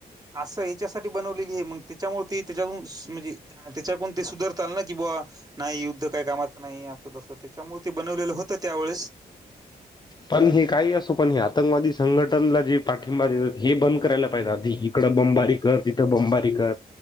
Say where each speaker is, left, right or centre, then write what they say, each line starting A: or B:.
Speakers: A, on the right; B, on the left.
A: असं याच्यासाठी बनवलेली आहे मग त्याच्यामुळे त त्याच्यातून म्हणजे त्याच्यामुळे ते सुधरता आल ना कि बुवा नाही युद्ध काय कामाचं नाही अस तसं त्याच्यामुळे ते बनवलेलं होतं त्यावेळेस
B: पण हे काही असू पण हे आतंकवादी संघटनला जे पाठिंबा देतात हे बंद करायला पाहिजे आधी इकडं बमबारी कर तिथं बमबारी कर